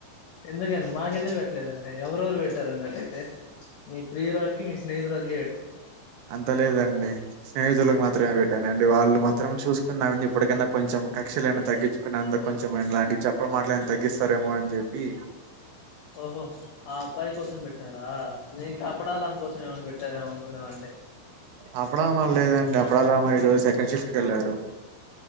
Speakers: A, on the left (about 85°); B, on the right (about 80°).
A: ఎందుకండి మాకెందుకు పెట్టలేదండి ఎవరెవరు పెట్టారున్నట్టయితే మీ ప్రియురాలకి మీ స్నేహితురాలకి.
B: అంత లేదండి స్నేహితులకు మాత్రమే పెట్. వినండి వాళ్ళు మాత్రం చూసుకున్నా అండి ఇప్పటికైన్నా కొంచెం కక్షలు ఏనా తగ్గించుకుని అందరు కొంచెం ఇలాంటి చెప్. అప్పుడు మాట్లాడిని తగ్గిస్తారేమో అని చెప్పి.
A: ఓహో. ఆ అబ్బాయి కోసం పెట్టారా నేను కపడాలని కోసం ఏమైనా పెట్టారేమో అనుకున్నామండి.
B: అప్పడ అమ లేదండి అప్పడల అమా ఈరోజు సెకండ్ షిఫ్ట్కెలరు.